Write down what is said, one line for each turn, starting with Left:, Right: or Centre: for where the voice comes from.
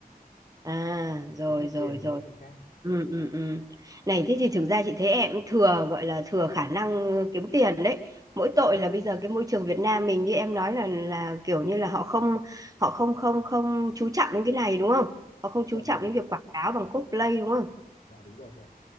Right: À,
Left: để
Right: rồi
Left: kiếm được
Right: rồi
Left: tiền
Right: rồi.
Left: nó là chuyện khác
Right: Ừ ừ ừ. Này thế thì thực ra chị thấy em cũng thừa gọi là thừa khả năng kiếm tiền đấy. Mỗi tội là bây giờ cái môi trường Việt Nam mình như em nói là là kiểu như là họ không họ không không không chú trọng đến cái này đúng không? Họ không
Left: ờ
Right: chú
Left: chị
Right: trọng
Left: ạ
Right: đến việc quảng cáo bằng cosplay đúng không?
Left: dạ đúng rồi chị ạ